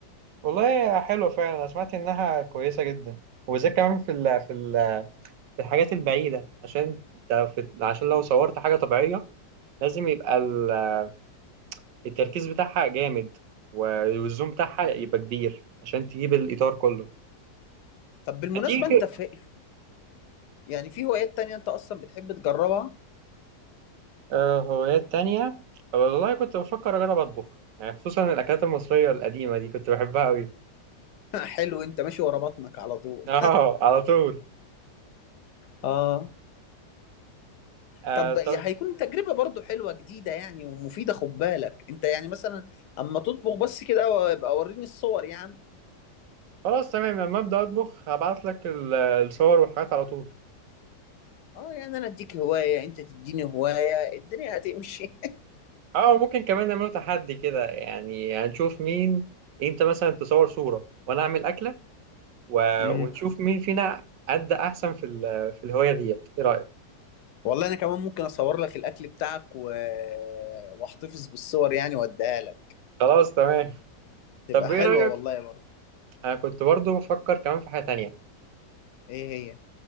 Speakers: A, on the right; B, on the left.
A: والله حلوة فعلا أنا سمعت إنها كويسة جدا وبالذات كمان في ال في ال في الحاجات البعيدة عشان انت في- عشان لو صورت حاجة طبيعية لازم يبقى ال- التركيز بتاعها جامد والزوم بتاعها يبقى كبير عشان تجيب الإطار كله
B: طب بالمناسبة
A: هتيجي كده.
B: انت في <laughs> يعني في هوايات تانية انت اصلا بتحب تجربها
A: آه، هوايات تانية والله كنت بفكر أجرب أطبخ يعني خصوصا الأكلات المصرية القديمة دي كنت بحبها أوي
B: <laughs> حلو انت ماشي ورا بطنك على طول
A: أه على طول
B: اه
A: آه
B: طب هيكون
A: طب
B: تجربة برضو حلوة جديدة يعني ومفيدة خد بالك انت يعني مثلا اما تطبخ بس كده وابقى وريني الصور يا عم
A: خلاص تمام لما أبدأ أطبخ هبعت لك ال- الصور والحاجات على طول
B: اه يعني انا اديك هواية انت تديني هواية الدنيا هتمشي
A: أه ممكن كمان نعمله تحدي كده يعني هنشوف مين أنت مثلا تصور صورة وأنا أعمل أكلة و...
B: <laughs>
A: ونشوف
B: امم
A: مين فينا أدى أحسن في ال... في الهواية ديت إيه رأيك؟
B: والله انا كمان ممكن اصور لك الاكل بتاعك و... واحتفظ بالصور يعني واديها لك
A: خلاص تمام
B: تبقى
A: طب
B: حلوة
A: إيه رأيك؟
B: والله برضو
A: أنا كنت برضو بفكر كمان في حاجة تانية
B: ايه هي